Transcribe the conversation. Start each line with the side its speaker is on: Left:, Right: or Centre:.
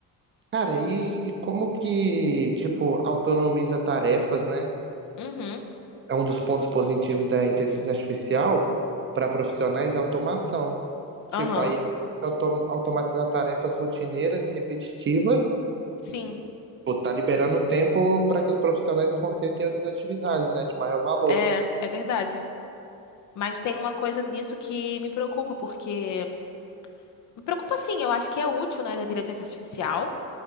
Right: Cara, e, e como que, tipo, autonomiza tarefas, né?
Left: Uhum.
Right: É um dos pontos positivos da inteligência artificial para profissionais é a automação. Tipo,
Left: Aham.
Right: aí autom- automatizar tarefas rotineiras e repetitivas,
Left: Sim.
Right: pô, tá liberando tempo para que os profissionais se concentrem em outras atividades, né, de maior valor.
Left: É, é verdade. Mas tem uma coisa nisso que me preocupa, porque. Me preocupa sim, eu acho que é útil, né, da inteligência artificial.